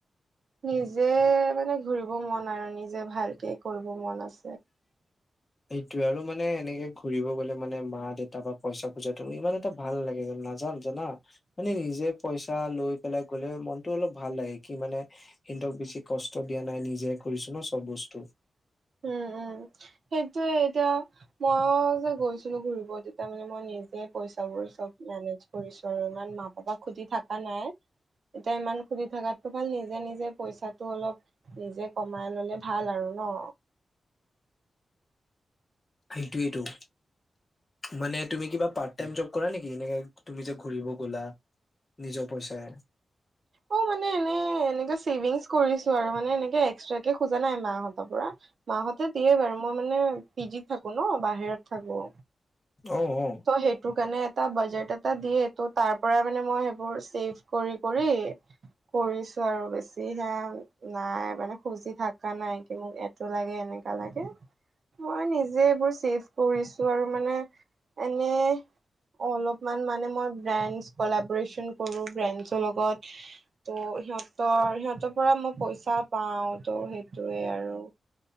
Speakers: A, on the right; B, on the left.
A: নিজে মানে ঘুৰিব মন আৰু নিজে ভালকে কৰিব মন আছে।
B: সেইটোৱে আৰু মানে এনেকে ঘুৰিব গলে মানে মা দেউ তাৰ পৰা পইচা খোজাতো ইমান এটা ভাল নেলাগে নাযাম জানা মানে নিজে পইচা লৈ পেলাই গলে মনটো অলপ ভাল লাগে কি মানে সিহঁতক বেছি কষ্ট দিয়া নাই নিজে কৰিছো ন চব বস্তু
A: উম উম সেইটোৱে এতিয়া মইয়ো যে গৈছিলো ঘুৰিব তেতিয়া মানে মই নিজে পইচা বোৰ চব মেনেজ কৰিছো তো ইমান মা-পাপাক সুধি থাকা নাই। এতিয়া ইমান খুজি থাকাতকৈ ভাল নিজে নিজে পইচাটো অলপ নিজে কমাই ললে ভাল আৰু ন।
B: সেইটোৱেইটো মানে তুমি কিবা পাৰ্ট টাইম জব কৰা নেকি এনেকে তুমি যে ঘূৰিব গ'লা। নিজৰ পইচাৰে
A: অ মানে এনে এনেকে চেভিংছ কৰিছো আৰু মানে এনেকে এক্সট্ৰাকে খোজা নাই মাঁহত তৰ পৰা মাহঁতে দিয়ে বাৰু মই মানে পি জি ত থাকো ন বাহিৰত থাকো।
B: অ অ
A: ত সেইটোৰ কাৰণে এটা বাজেট এটা দিয়ে ত' তাৰ পৰা মানে মই সেইবোৰ চেভ কৰি কৰি কৰিছো আৰু বেছি সেয়া নাই। মানে খুজি থাকা নাই কি মোক এটো লাগে এনেকা লাগে মই নিজে এইবোৰ চেফ কৰিছো আৰু মানে এনেই অলপমান মানে মই ব্ৰেণ্ডছ কলাব্ৰেচন কৰো ব্ৰেণ্ডছৰ লগত ত' সিহঁতৰ সিহঁতৰ পৰা মই পইচা পাও ত' সেইটোৱে আৰু